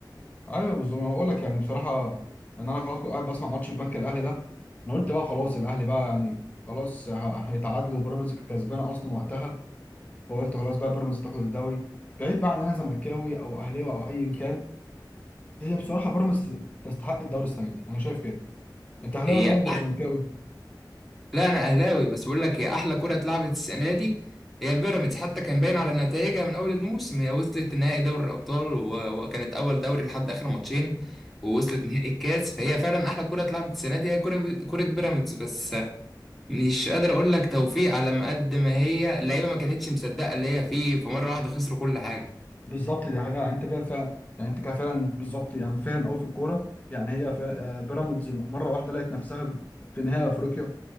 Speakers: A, on the left; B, in the centre.
A: ايوه بالظبط انا بقول لك يعني بصراحه ان انا خلاص كنت قاعد بسمع ماتش البنك الاهلي ده انا قلت بقى خلاص الاهلي بقى يعني خلاص ه- هيتعادلوا وبيراميدز كانت كسبانه اصلا وقتها فقلت خلاص بقى بيراميدز تاخد الدوري بعيد بقى عن إن انا زملكاوي او اهلاوي او ايا كان هي بصراحه بيراميدز تستحق الدوري السنه دي انا شايف كده انت اهلاوي
B: هي
A: الاول ولا زملكاوي
B: لا انا اهلاوي بس بقول لك هي احلى كره اتلعبت السنه دي هي بيراميدز حتى كان باين على نتائجها من اول الموسم هي وصلت نهائي دوري الابطال و- وكانت اول دوري لحد اخر ماتشين ووصلت نهائي الكاس فهي فعلا احلى كره اتلعبت السنه دي هي كره كره بيراميدز بس مش قادر اقول لك توفيق على ما قد ما هي اللعيبه ما كانتش مصدقه اللي هي فيه فمره واحده خسروا كل حاجه
A: بالظبط دي حقيقة يعني انت كده فعلا يعني انت كده فعلا بالظبط يعني فاهم قوي في الكورة يعني هي فعلا- آه، بيراميدز مرة واحدة لقت نفسها في نهائي افريقيا